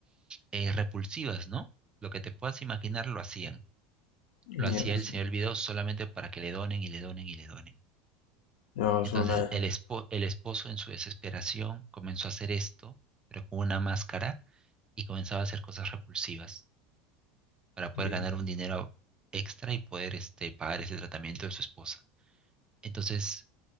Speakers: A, on the right; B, on the left.
A: eh, repulsivas, ¿no? Lo que te puedas imaginar lo hacían
B: Dios.
A: lo hacía el señor Vidal solamente para que le donen y le donen y le donen.
B: Dios,
A: Entonces
B: una...
A: el, espo- el esposo en su desesperación comenzó a hacer esto, pero con una máscara y comenzaba a hacer cosas repulsivas para
B: Dios.
A: poder ganar un dinero extra y poder este, pagar ese tratamiento de su esposa. Entonces